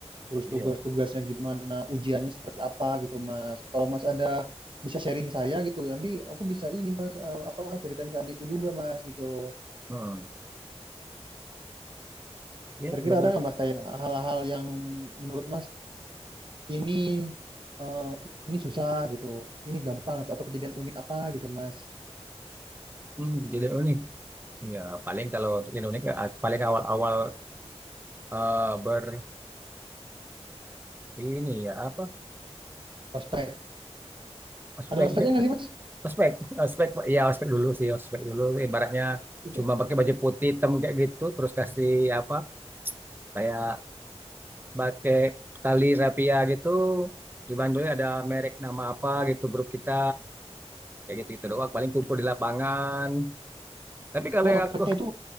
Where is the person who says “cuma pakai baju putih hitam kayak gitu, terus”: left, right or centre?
Right